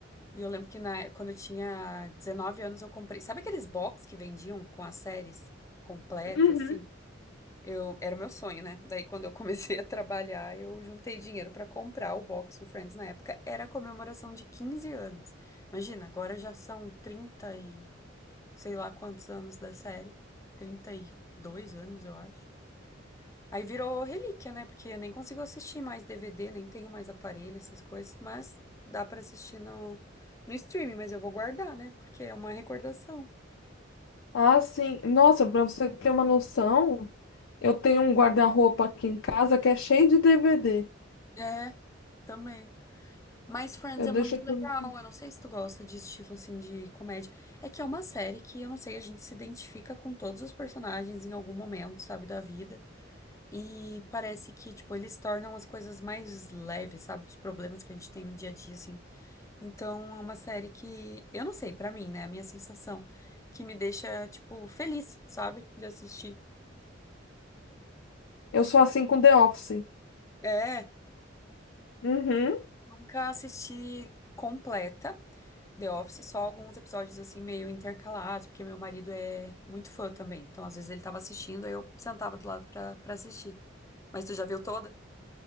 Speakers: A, on the left; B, on the left.
A: E eu lembro que na, quando eu tinha 19 anos eu comprei, sabe aqueles box que vendiam com as séries completas,
B: Uhum.
A: assim? Eu, era o meu sonho, né? Daí quando eu <laughs> comecei a trabalhar, eu juntei dinheiro pra comprar o box do Friends na época, era a comemoração de 15 anos. Imagina, agora já são 30 sei lá quantos anos da série, trinta e dois anos, eu acho. Aí virou relíquia, né? Porque eu nem consigo assistir mais DVD, nem tenho mais aparelho, essas coisas, mas dá pra assistir no, no streaming, mas eu vou guardar, né? Porque é uma recordação.
B: Ah, sim. Nossa, pra você ter uma noção, eu tenho um guarda-roupa aqui em casa que é cheio de DVD.
A: É, também. Mas Friends
B: Eu
A: é
B: deixo
A: muito legal.
B: tudo.
A: Eu não sei se tu gosta de estilo assim de comédia. É que é uma série que eu não sei, a gente se identifica com todos os personagens em algum momento, sabe, da vida. E parece que, tipo, eles tornam as coisas mais leves, sabe? Os problemas que a gente tem no dia a dia, assim. Então, é uma série que, eu não sei, pra mim, né? A minha sensação que me deixa, tipo, feliz, sabe? De assistir.
B: Eu sou assim com The Office.
A: É,
B: Uhum.
A: nunca assisti completa The Office, só alguns episódios, assim, meio intercalados, porque meu marido é muito fã também. Então, às vezes ele tava assistindo, aí eu sentava do lado pra, pra assistir. Mas tu já viu toda?